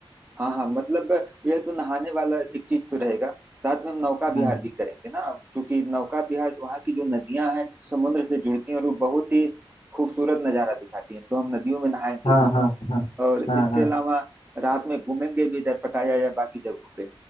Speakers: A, on the right; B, on the left.
A: हाँ हाँ मतलब यह तो नहाने वाला एक चीज तो रहेगा साथ में हम नौका विहार
B: हाँ
A: भी करेंगे ना क्योंकि नौका विहार वहाँ की जो नदियां हैं समुद्र से जुड़ती हैं और वो बहुत ही खूबसूरत नजारा दिखाती हैं तो हम नदियों में नहाएंगे
B: हाँ
A: भी
B: हाँ हाँ
A: और इसके
B: हाँ हाँ
A: अलावा रात में घूमेंगे भी इधर पटाया या बाकी जगहों पे